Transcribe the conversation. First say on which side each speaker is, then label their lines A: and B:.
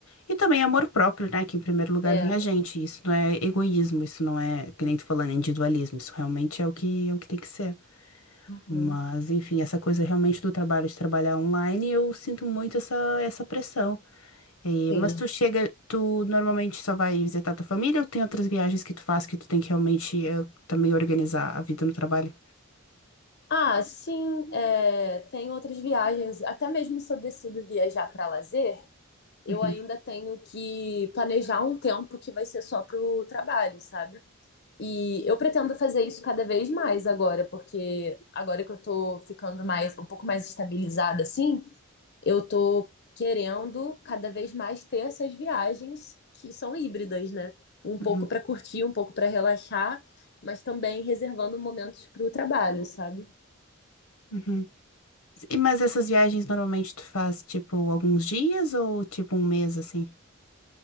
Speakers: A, on the left; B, on the left.
A: E também amor próprio, né? Que em primeiro lugar
B: É.
A: vem a gente. Isso não é egoísmo, isso não é, que nem tu falando, individualismo. Isso realmente é o que, é o que tem que ser.
B: Uhum.
A: Mas, enfim, essa coisa realmente do trabalho, de trabalhar online, eu sinto muito essa, essa pressão. E-
B: Sim.
A: mas tu chega, tu normalmente só vai visitar tua família ou tem outras viagens que tu faz que tu tem que realmente eh, também organizar a vida no trabalho?
B: Ah, sim, é, tem outras viagens. Até mesmo se eu decido viajar para lazer, eu
A: Uhum,
B: ainda tenho que planejar um tempo que vai ser só para o trabalho, sabe? E eu pretendo fazer isso cada vez mais agora, porque agora que eu tô ficando mais, um pouco mais estabilizada assim, eu tô querendo cada vez mais ter essas viagens que são híbridas, né? Um
A: uhum,
B: pouco para curtir, um pouco para relaxar, mas também reservando momentos para o trabalho, sabe?
A: uhum. E, mas essas viagens normalmente tu faz tipo alguns dias ou tipo um mês assim?